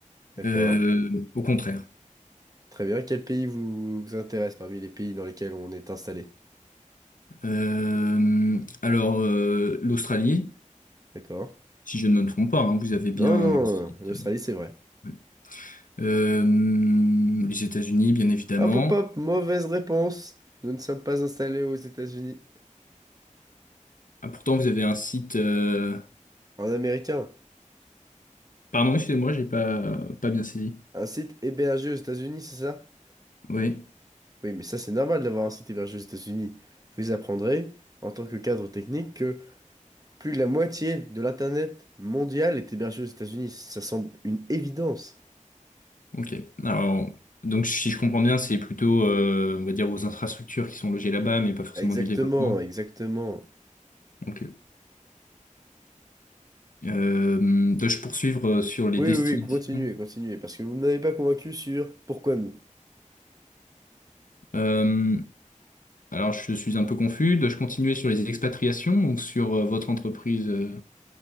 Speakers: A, on the right; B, on the left.
A: D'accord.
B: Euh, au contraire.
A: Très bien. Quel pays vous vous intéresse parmi les pays dans lesquels on est installé?
B: Euh, alors, euh, l'Australie,
A: D'accord.
B: si je ne me trompe pas, hein, vous avez bien
A: Non, non,
B: un site.
A: euh, l'Australie,
B: euh,
A: c'est vrai.
B: oui. euh, les États-Unis, bien évidemment.
A: Hop, hop, hop, mauvaise réponse. Nous ne sommes pas installés aux États-Unis.
B: Ah, pourtant, vous avez un site. euh,
A: En américain,
B: Pardon, excusez-moi, j'ai pas pas bien saisi.
A: un site hébergé aux États-Unis, c'est ça?
B: Oui,
A: Oui, mais ça, c'est normal d'avoir un site hébergé aux États-Unis. Vous apprendrez, en tant que cadre technique, que plus de la moitié de l'Internet mondial est hébergé aux États-Unis. Ça semble une évidence.
B: ok. Alors, donc si je comprends bien, c'est plutôt, euh, on va dire, vos infrastructures qui sont logées là-bas, mais pas forcément
A: Exactement,
B: du développement.
A: exactement.
B: Ok. Euh, dois-je poursuivre euh, sur les
A: Oui,
B: destinations?
A: oui, oui, continuez, continuez, parce que vous ne m'avez pas convaincu sur pourquoi nous.
B: Euh, alors, je suis un peu confus. Dois-je continuer sur les expatriations ou sur euh, votre entreprise? euh